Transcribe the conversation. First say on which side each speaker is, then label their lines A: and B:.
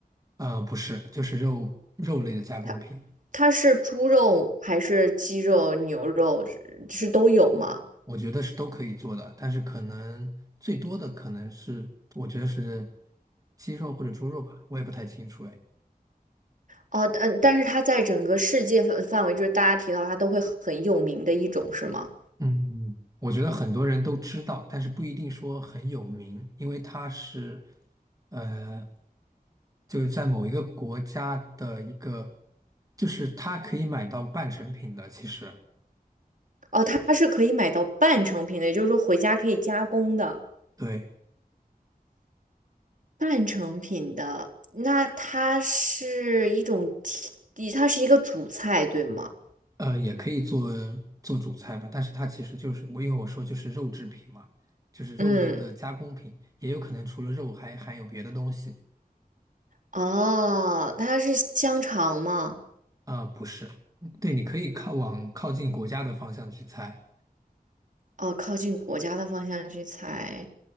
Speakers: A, on the right (about 20°); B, on the right (about 55°).
A: 呃，不是，就是肉肉类的加工品。
B: 它它是猪肉还是鸡肉、牛肉是是都有吗？
A: 我觉得是都可以做的，但是可能最多的可能是，我觉得是鸡肉或者猪肉吧，我也不太清楚哎。
B: 哦，但但是它在整个世界范范围，就是大家提到它都会很有名的一种，是吗？
A: 嗯，我觉得很多人都知道，但是不一定说很有名，因为它是，呃，就是在某一个国家的一个，就是它可以买到半成品的，其实。
B: 哦，它是可以买到半成品的，也就是说回家可以加工的。
A: 对。
B: 半成品的，那它是一种提，它是一个主菜，对吗？
A: 呃，也可以做做主菜吧，但是它其实就是我因为我说就是肉制品嘛，就是肉类的加工品，
B: 嗯，
A: 也有可能除了肉还含有别的东西。
B: 哦，它是香肠吗？
A: 啊、不是，嗯对，你可以靠往靠近国家的方向去猜，
B: 哦，靠近国家的方向去猜，